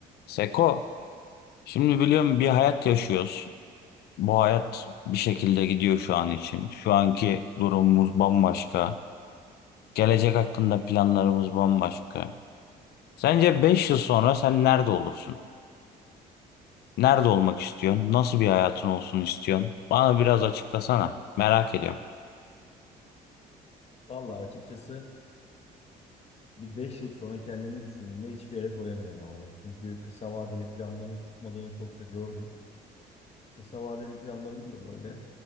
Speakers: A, on the left (about 70°); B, on the left (about 40°).
A: Seko, şimdi biliyorum bir hayat yaşıyoruz. Bu hayat bir şekilde gidiyor şu an için. Şu anki durumumuz bambaşka. Gelecek hakkında planlarımız bambaşka. Sence 5 yıl sonra sen nerede olursun? Nerede olmak istiyorsun? Nasıl bir hayatın olsun istiyorsun? Bana biraz açıklasana. Merak ediyorum.
B: Vallahi açıkçası bir 5 yıl sonra kendini düşündüğümde hiçbir yere koyamıyorum abi. Çünkü kısa vadeli planların tutmadığını çokça gördüm. Kısa vadeli planların da böyle